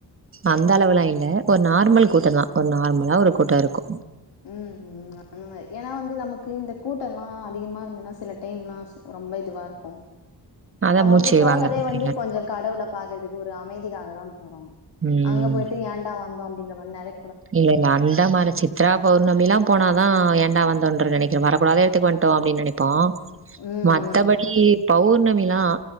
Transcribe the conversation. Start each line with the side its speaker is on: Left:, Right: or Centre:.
Right: அந்த அளவுலா இல்ல ஒரு நார்மல் கூட்ட தா ஒரு நார்மலா ஒரு கூட்ட இருக்கு
Left: உம் அந்த மாரி ஏன்னா வந்து நமக்கு இந்த கூட்டோ எல்லா அதிகமா இருந்தன்னா சில டைம் எல்லா ரொம்ப இதுவா இருக்கு
Right: அதான்
Left: நம்ம
Right: மூச்சு
Left: வந்து போறதே
Right: வாங்குறது மாரில
Left: வந்து கொஞ்சோ கடவுள பாக்குறதுக்கு ஒரு அமைதிக்காக தா போறோ
Right: ம்
Left: அங்க போயிட்டு ஏன்டா வந்தோ அப்டி என்ன பண்ணாரு
Right: இல்ல இல்ல அந்தமாரி சித்த சித்ரா பௌர்ணமில தா போனாதா ஏன்டா வந்தோன்னறு நெனக்கிற வரக்கூடாதுத்துக்கு வந்துட்டோ அப்டின் நெனைக் ப்போ
Left: ம்
Right: மத்தபடி பௌர்ணமி பௌர்ணமில்லா